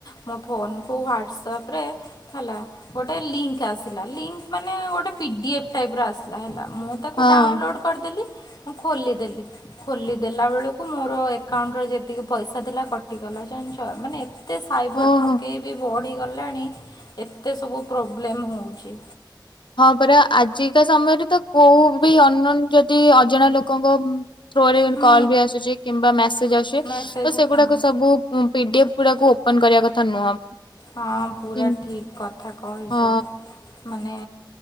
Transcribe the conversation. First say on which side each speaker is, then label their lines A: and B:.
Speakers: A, on the left; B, on the left.
A: ମୋ ଫୋନକୁ ହ୍ଵାଟ୍ସଆପ ରେ ହେଲା ଗୋଟେ ଲିଙ୍କ ଆସିଲା। ଲିଙ୍କ ମାନେ ଗୋଟେ ପିଡ଼ିଏଫ୍ ଟାଇପର ଆସିଲା। ହେଲା। ମୁଁ ତାକୁ
B: ହଁ।
A: ଡାଉନଲୋଡ଼୍ କରିଦେଲି ମୁଁ ଖୋଲିଦେଲି ଖୋଲିଦେଲା ବେଳକୁ ମୋର ଏକାଉଣ୍ଟ୍ ର ଯେତିକି ପଇସା ଥିଲା କଟିଗଲା ଜାଣିଛ ମାନେ ଏତେ ସାଇବର
B: ଓହୋ।
A: ଠକେଇ ବି ବଢ଼ିଗଲାଣି ଏତେ ସବୁ ପ୍ରୋବ୍ଲେମ୍ ହଉଛି
B: ହଁ ପରା ଆଜିକା ସମୟରେ ତ କୋଉ ବି ଅନ୍ୱନ ଯଦି ଅଜଣା ଲୋକଙ୍କ ଥ୍ରୋରେ
A: ହୁଁ
B: କଲ୍ ବି ଆସୁଛି କିମ୍ବା ମେସେଜ ଆସୁଛି ତ
A: ମେସେଜ୍
B: ସେଗୁଡାକୁ
A: ହଁ
B: ସବୁ ପିଡିଏଫ୍ ଗୁଡାକୁ ଓପନ କରିବା କଥା ନୁହଁ
A: ହଁ ପୁରା
B: କିନ୍
A: ଠିକ୍ କଥା କହିଛ
B: ହଁ
A: ମାନେ